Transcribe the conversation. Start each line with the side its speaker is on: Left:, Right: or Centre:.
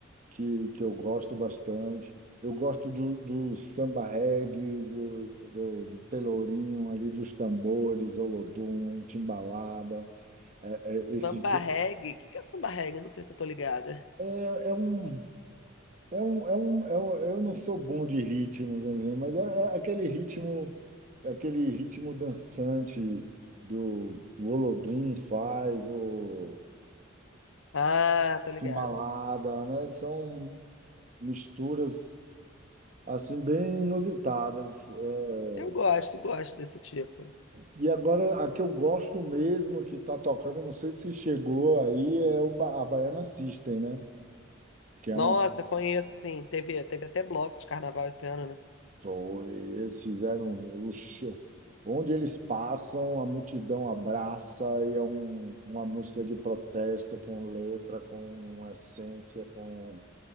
Right: Que, que eu gosto bastante. Eu gosto do, do samba reggae, do, do, do pelourinho ali, dos tambores, olodum, timbalada. É,
Left: Samba
Right: é, esse,
Left: reggae, o que que é samba reggae? Não sei se eu tô ligada.
Right: é, é um É um, é um, é um, eu não sou bom de ritmos, assim, mas é, é aquele ritmo, é aquele ritmo dançante do o Olodum faz, o
Left: Ah, tô ligada.
Right: balada, né? São misturas assim bem inusitadas. É,
Left: Eu gosto, gosto desse tipo.
Right: E agora a que eu gosto mesmo que está tocando, não sei se chegou aí, é o ba a Baiana System, né? Que é
Left: Nossa,
Right: uma
Left: conheço, sim. Teve, teve até bloco de carnaval esse ano, né?
Right: Foi, eles fizeram o show. Onde eles passam, a multidão abraça e é um, uma música de protesto com letra, com essência, com,